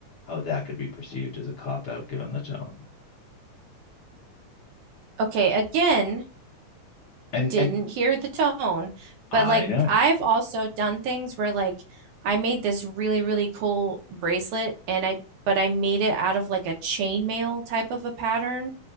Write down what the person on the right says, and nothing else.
Okay, again,
didn't
hear the tone.
But like
I've also done things where like I made this really, really cool bracelet and I but I made it out of like a chainmail type of a pattern,